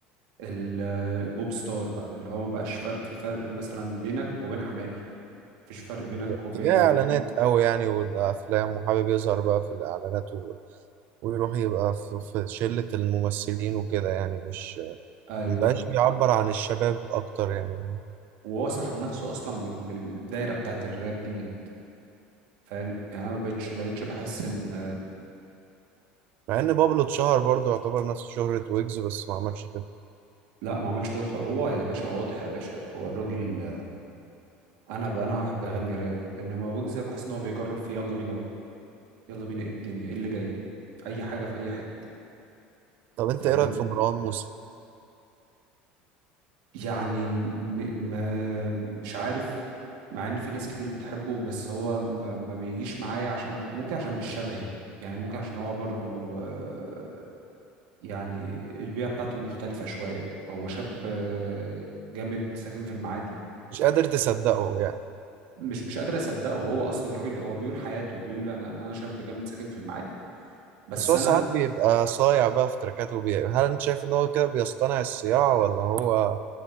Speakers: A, on the right; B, on the right.
A: ال- البوب ستار بقى اللي هو ما بقاش فرق في فرق مثلا بينك وبين حماقي مفيش فرق بينك
B: اتجاه
A: وبين وبين
B: إعلانات أوي يعني وأفلام وحابب يظهر بقى في الإعلانات و... ويروح يبقى في... في شلة الممثلين وكده يعني مش
A: ايوه
B: مبقاش بيعبر عن الشباب أكتر يعني
A: وهو سحب نفسه اصلا من من- من الدايره بتاعت الراب ديت فاهم يعني انا ما بقتش بقتش بحس ان
B: مع إن بابلو اتشهر برضه يعتبر نفس شهرة ويجز بس ما عملش كده
A: لا ما عملش كده خالص هو يا باشا واضح يا باشا هو الراجل انا بقى انا واحد بغني راب انما ويجز بحس ان هو بيجرب في يلا بينا بقى يلا بينا ايه الدنيا ايه اللي جاي اي حاجه في اي حته
B: طب أنت
A: فاهم
B: إيه رأيك في مروان موسى؟
A: يعني م... ما مش عارف مع ان في ناس كتير بتحبه بس هو ما, ما بيجيش معايا عشان ممكن عشان مش شبهي يعني ممكن عشان هو برضو آه، يعني البيئه بتاعته مختلفه شويه هو شاب آه، جامد ساكن في المعادي
B: مش قادر تصدقه يعني
A: مش مش قادر اصدقه هو اصلا الراجل هو بيقول حياته بيقول انا انا شاب جامد ساكن في المعادي بس
B: بس هو
A: انا
B: ساعات بيبقى صايع بقى في تركاته وبي... هل أنت شايف إن هو كده بيصطنع الصياعة ولا هو